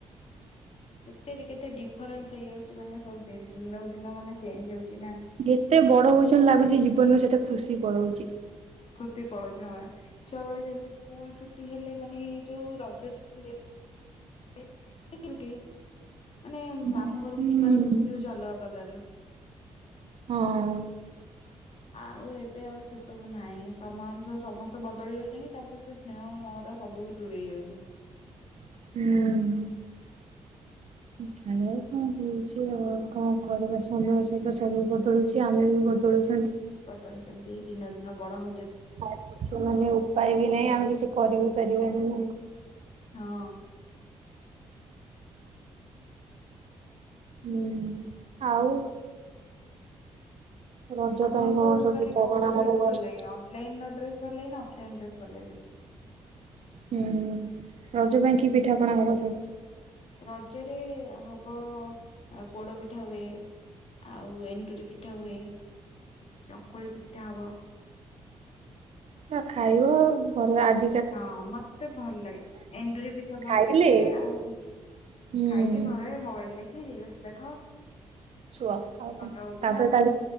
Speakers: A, on the left; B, on the right.
A: କେତେ କେତେ ଡିଫରେନ୍ସ ହେଇଯାଉଛି ମାନେ ସବୁ ନ ଦିନ ମାନେ ଚେଞ୍ଜ ହଉଛି। ନା।
B: ଯେତେ ବଡ ହଉଛନ, ଲାଗୁଛି ଜୀବନରୁ ସେତେ ଖୁସି ପଳଉଛି।
A: ଖୁସି ପଳଉଛି। ହଁ ବା ଛୁଆ ବେଳେ ସେମତି ସ୍କୁଲ ଛୁଟି ହେଲେ। ମାନେ ଏଇ ଯୋଉ ରଜ ଛୁଟିରେ <inaudible> ମାନେ
B: ହୁଁ
A: ମାମୁଁ ଘରକୁ ଯିବାର ଖୁସି ହଉଛି, ଅଲଗା ପ୍ରକାରର।
B: ହଁ।
A: ଆଉ ଏବେ ଆଉ ସେ ସବୁ ନାହିଁ। ସମୟ ଅନୁସାରେ ସମସ୍ତେ ବଦଳି ଯାଉଛନ୍ତି। ତାପରେ ସେ ସ୍ନେହ ମ ତ ସବୁ ବି ଦୂରେଇ ଯାଉଛି।
B: ହୁଁ। ଆ କଣ ହଉଛି, ଆଉ କଣ କରିବା ସମୟ ସହିତ ସବୁ ବଦଳୁଛି, ଆମେ ବି ବଦଳୁଛୁ।
A: ବଦଳୁଚନ୍ତି। ଦିନ ଦିନ ବଡ ହଉ
B: ଆଉ, କିଛି ମାନେ ଉପାୟ ବି ନାହିଁ, ଆମେ କିଛି କରିବି ପାରିବାନି ନାହିଁ।
A: ହଁ।
B: ହୁଁ। ଆଉ, ରଜ
A: ଆପଣଙ୍କୁ,
B: ପାଇଁ କଣ ସବୁ
A: ମାନେ
B: ପିଠାପଣା
A: କୋଉ ଡ୍ରେସ୍
B: ହବ ଘରେ?
A: ଭଲ ଲାଗେ? ଅନ୍ ଲାଇନର ଡ୍ରେସ୍ ଅନ୍ ଲାଇନ ନା ଅଫ୍ ଲାଇନ ଡ୍ରେସ୍ ଭଲ ଲାଗେ ବେଶି?
B: ହୁଁ, ରଜ ପାଇଁ କି ପିଠାପଣା ହବ ସବୁ?
A: ରଜରେ ହବ, ପୋଡପିଠା ହୁଏ। ଆଉ ଏଣ୍ଡୁରିପିଠା ହୁଏ, ଚକୁଳିପିଠା ହବ।
B: ଆ ଖାଇବ ଆଉ। ଗଲା ଆଜି
A: ହଁ, ମତେ ଭଲ ଲାଗେ। ଏଣ୍ଡୁରିପିଠା ଭଲ
B: ଖାଇଲେ
A: ଲାଗେ, ଆଉ
B: ହୁଁ
A: ଖାଇକି ଘରେ ମୋବାଇଲ ଦେଖି, ରିଲ୍ସ ଦେଖ।
B: ଶୁଅ। ଆଉ
A: ଫଟୋ
B: କଣ
A: ଉଠା
B: ତାପରେ ତା